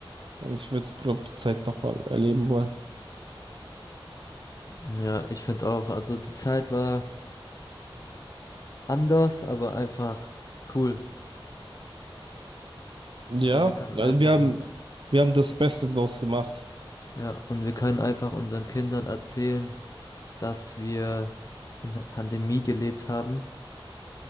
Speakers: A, on the right; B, on the left.
A: Und ich würde, glaube die Zeit doch mal erleben wollen.
B: Ja, ich finde auch, also die Zeit war anders, aber einfach cool.
A: Ja,
B: Also wir können
A: also
B: einfach
A: wir haben,
B: uns
A: wir haben das Beste draus gemacht.
B: Ja, und wir können einfach unseren Kindern erzählen, dass wir in der Pandemie gelebt haben